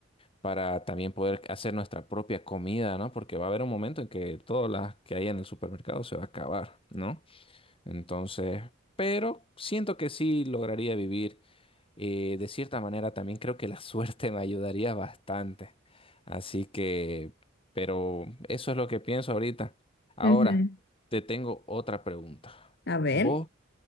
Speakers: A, on the left (about 25°); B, on the left (about 50°).
A: para también poder hacer nuestra propia comida, ¿no? Porque va a haber un momento en que todas las que hay en el supermercado se va a acabar, ¿no? Entonces, pero siento que sí lograría vivir. eh, de cierta manera, también creo que la <laughs> suerte me ayudaría bastante. Así que, pero eso es lo que pienso ahorita. Ahora,
B: Ujú.
A: te tengo otra pregunta.
B: A ver.
A: ¿Vos